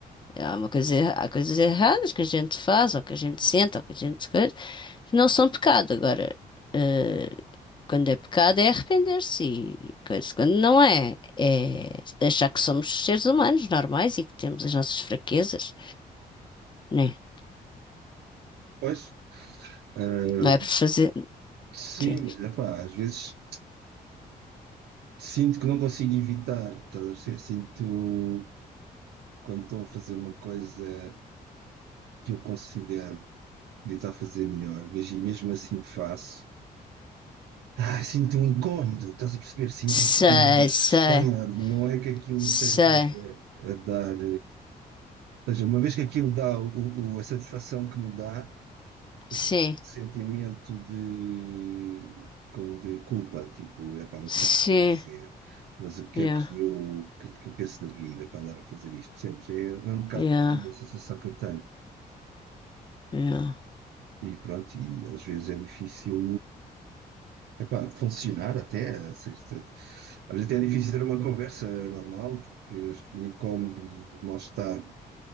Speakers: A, on the left (about 25°); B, on the right (about 80°).
A: É, Há uma coisa, erra- há coisas erradas que a gente faz, ou que a gente sente, ou que a gente coisa, que não são pecado. Agora, eh, quando é pecado é arrepender-se e coisa. Quando não é, é achar que somos seres humanos normais e que temos as nossas fraquezas, né?
B: Pois, eh,
A: Não é por fazer.
B: sim,
A: Sim.
B: mas, epá, às vezes sinto que não consigo evitar. estás a perceber? Sinto quando estou a fazer uma coisa que eu considero de estar a fazer melhor, mas e mesmo assim faço. Ah, sinto um incómodo, estás a perceber? Sinto
A: Sei,
B: um mal-estar.
A: sei,
B: Não é que aquilo
A: sei.
B: me esteja a dar. Ou seja, uma vez que aquilo dá o, o- a satisfação que me dá,
A: Sim,
B: o sentimento de, co- de culpa, tipo, epá, mas
A: sim.
B: o que é que eu vou fazer? Mas o que
A: Yeah,
B: é que eu, o que, é que eu penso da vida para andar a fazer isto? Percebes? É, é um bocado
A: yeah,
B: por aí a sensação que eu tenho.
A: yeah.
B: E pronto, e às vezes é difícil, eh, epá, funcionar até. ou seja, tanto- Às vezes é difícil ter uma conversa normal, porque acho que o incómodo e o mal-estar